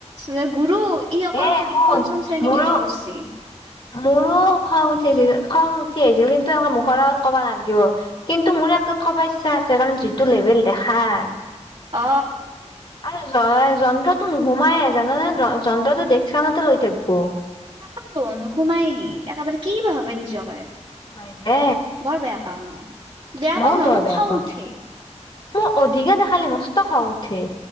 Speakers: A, on the right; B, on the left.
A: যে গুৰু ই অকল
B: এ শুন
A: পঞ্চম শ্ৰেণীক
B: মোৰো
A: লৈকে কৰিছে।
B: মোৰো খং উঠি আহছিল খং উঠি আহিছিল কিন্তু এনেকে মুখৰ আগত কবা নালাগিব। কিন্তু মোৰ একদম কবা ইচ্ছা আছে কাৰণ যিটো লেভেল দেখাই।
A: অ,
B: আৰু যন্ত্ৰটো নোসোমাইে জান নে যন্ত্ৰটো দেশখানতে লৈ থাকিব।
A: তাকাতো নোসোমাইহি একেবাৰে কি বা ভাবে নিজকে।
B: হয় দে।
A: বৰ বেয়া পাওঁ মই। বেয়া
B: মইও
A: পাও নহয়
B: বৰ
A: মোক
B: বেয়া
A: খং
B: পাওঁ
A: উঠে
B: মই অধিকে দেখালি মস্ত খাওঁ উঠে।